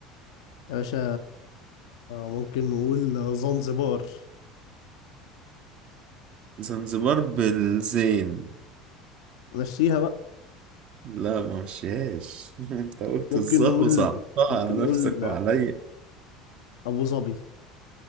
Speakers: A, on the left; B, on the right.
A: يا باشا ممكن نقول زنزبار
B: زنزبار بالزين
A: مشيها بقى
B: لا ما مشيهاش <laughs> أنت قلت
A: ممكن
B: الظه
A: نقول
B: وصعبتها
A: ممكن
B: على
A: نقول
B: نفسك وعليا
A: ابو ظبي